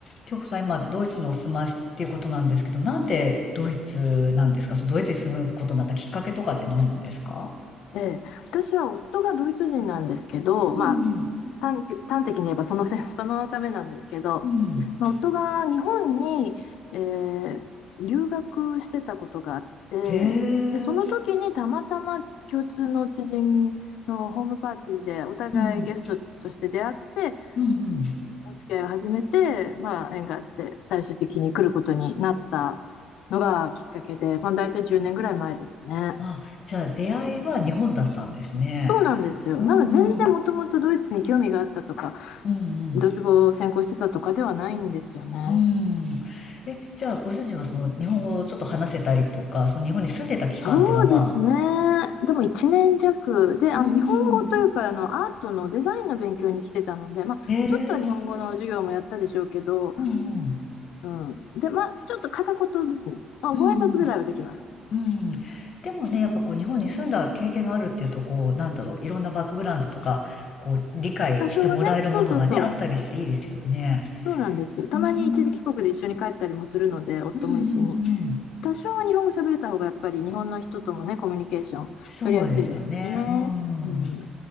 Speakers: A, on the left (about 40°); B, on the left (about 75°).
A: 京子さん、今、ドイツにお住まいっていうことなんですけど、なんでドイツなんですかそのドイツに住むことになったきっかけとかって何なんですか
B: ええ、私は夫がドイツ人なんですけど、
A: うんうん。
B: まあ、端端的に言えばそのせ <laughs> そのためなんですけど、
A: うん。
B: まあ、夫が日本に、えー留学してたことがあってでその時にたまたま共通の知人のホームパーティーでお互いゲストとして出会って
A: へえ。うん。うんうん。
B: お付き合いを始めて、まあ、縁があって最終的に来ることになったのがきっかけで、まあ、大体10年ぐらい前ですね。
A: あ、じゃあ出会いは日本だったんですね。
B: そうなんですよ。
A: うん。
B: なので全然もともとドイツに興味があったとか、
A: うんうん。
B: ドイツ語を専攻してたとかではないんですよね。
A: うん。え、じゃあご主人はその日本語をちょっと話せたりとか、その日本に住んでた期間っていうのは、
B: そうですね。
A: まあ、
B: でも1年弱で、あの日本語というかあのアートのデザインの勉強に来てたので、
A: うん。
B: まあ、
A: へえ。
B: ちょっと日本語の授業もやったでしょうけど、
A: うんうん。
B: うん、で、まあ、ちょっと片言ですね。まあ、
A: うんうん。
B: ご挨拶ぐらいはできます。
A: うん。でもね、やっぱこう日本に住んだ経験があるっていうと、こう、なんだろう、いろんなバックグラウンドとか、こう、理解してもらえるものがね、
B: 多少はね、そうそうそ
A: あったりしていいですよね。
B: う、そうなんですよ。たまに一時帰国で一緒に帰ったりもするので、
A: うーん。
B: 夫も一緒に。
A: うんうんうん。
B: 多少は日本語喋れた方がやっぱり日本の人ともね、コミュニケーション取りやすいですしね。
A: そうですよね。うん。
B: うん。